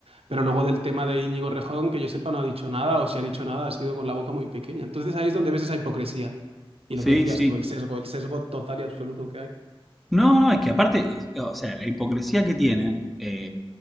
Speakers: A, on the right; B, in the centre.
A: Pero luego del tema de Íñigo Rejón, que yo sepa, no ha dicho nada, o si ha dicho nada, ha sido con la boca muy pequeña. Entonces ahí es donde ves esa hipocresía. Y
B: Sí,
A: lo que decías
B: sí.
A: tú, el sesgo, el sesgo total y absoluto que hay.
B: No, no, es que aparte, o sea, la hipocresía que tienen eh,